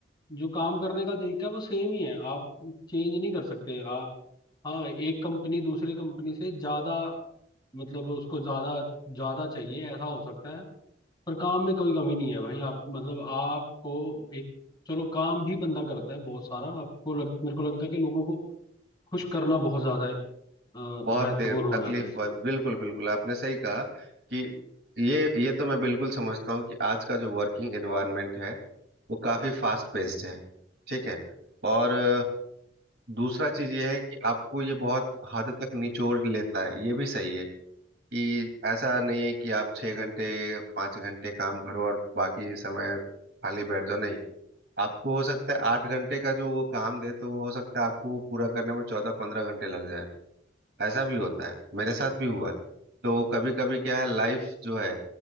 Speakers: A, on the left (about 25°); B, on the right (about 60°).
A: जो काम करने का तरीका है वो सेम ही है आप चेंज नहीं कर सकते आप हाँ एक कंपनी दूसरी कंपनी से ज्यादा मतलब उसको ज्यादा ज्यादा चाहिए ऐसा हो सकता है पर काम में कोई कमी नहीं है भाई आप मतलब आपको एक चलो काम भी बंदा करता है बहुत सारा आपको लग, मेरे को लगता है कि लोगों को खुश करना बहुत ज्यादा अ,
B: बहुत
A: महत्वपूर्ण
B: देर
A: हो
B: तकलीफ
A: जाता है इसमें
B: हुआ बिल्कुल बिल्कुल आपने सही कहा कि ये ये तो मैं बिल्कुल समझता हूँ कि आज का जो वर्किंग एनवायरनमेंट है वो काफी फास्ट पेस्ड है ठीक है और अ, दूसरा चीज ये है कि आपको ये बहुत हद तक निचोड़ लेता है ये भी सही है कि ऐसा नहीं है कि आप छह घंटे पाँच घंटे काम करो और बाकी समय खाली बैठ जाओ नहीं आपको हो सकता है आठ घंटे का जो वो काम दे तो वो हो सकता है आपको वो पूरा करने में चौदह पंद्रह घंटे लग जाए ऐसा भी होता है मेरे साथ भी हुआ है तो कभी कभी क्या है लाइफ जो है